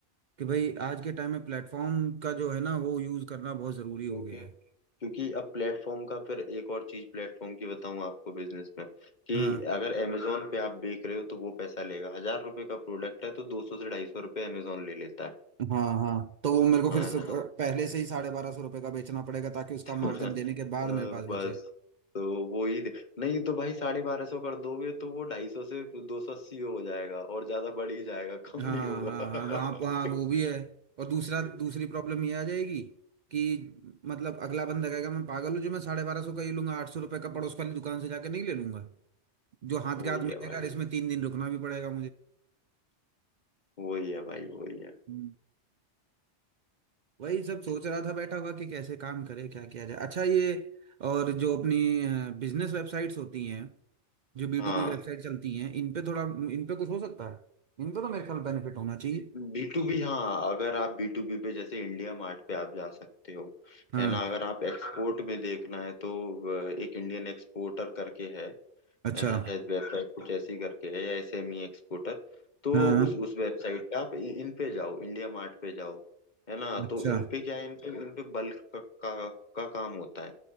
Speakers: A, on the right; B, on the left.
A: कि भाई आज के टाइम में प्लेटफॉर्म का जो है ना वो यूज करना बहुत जरूरी
B: क्योंकि
A: हो गया है
B: क्योंकि अब प्लेटफॉर्म का फिर एक और चीज प्लेटफॉर्म की बताऊं आपको बिजनेस में कि
A: हाँ
B: अगर Amazon पे आप बेच रहे हो तो वो पैसा लेगा हजार रुपए का प्रोडक्ट है तो दो सौ से ढाई सौ रुपये अमेजोन ले लेता है
A: हाँ हाँ तो वो मेरे को
B: हाँ
A: फिर सु-
B: ना
A: पहले से ही साढ़े बारह सौ रुपये का बेचना पड़ेगा ताकि उसका
B: <laughs>
A: मार्जिन
B: अ,
A: देने के बाद मेरे पास
B: बस
A: बचे
B: तो वो ही दे- नहीं तो भाई साढ़े बारह सौ कर दोगे तो वो ढाई सौ से दो सौ अस्सी हो जाएगा और ज्यादा बढ़ ही जाएगा कम
A: हाँ
B: नहीं होगा
A: हाँ हाँ
B: <laughs>
A: वहाँ पर हाँ वो भी है और दूसरा
B: अ,
A: दूसरी प्रॉब्लम ये आ जाएगी कि मतलब अगला बंदा कहेगा मैं पागल हूँ जो मैं साढ़े बारह सौ का ये लूंगा आठ सौ रुपये का पड़ोस वाली दुकान से जाके नहीं ले लूंगा जो हाथ
B: वही
A: के हाथ मिलेगा
B: है भाई
A: और इसमें तीन दिन रुकना भी पड़ेगा
B: वही है भाई वही है
A: मुझे वही सब सोच रहा था बैठा हुआ कि कैसे काम करे क्या किया जाए अच्छा ये और जो अपनी बिजनेस वेबसाइट्स होती हैं जो बी
B: हाँ
A: टू बी वेबसाइट चलती हैं इन पे थोड़ा इन पे कुछ हो सकता है इन पे तो मेरे ख्याल बेनिफिट होना चाहिए
B: बी टू बी हाँ अगर आप बी टू बी पे जैसे इंडिया मार्ट पे आप जा सकते हो
A: हाँ
B: है ना अगर आप एक्सपोर्ट में देखना है तो अ, एक इंडियन एक्सपोर्टर करके है
A: अच्छा
B: है ना शायद वेबसाइट कुछ ऐसी करके है या एसएमई एक्सपोर्टर तो
A: हाँ
B: उस उस वेबसाइट पे आप इ- इन पे जाओ इंडिया मार्ट पे जाओ है ना
A: अच्छा
B: तो इन पे क्या है इन पे इन पे बल्क का, का, का काम होता है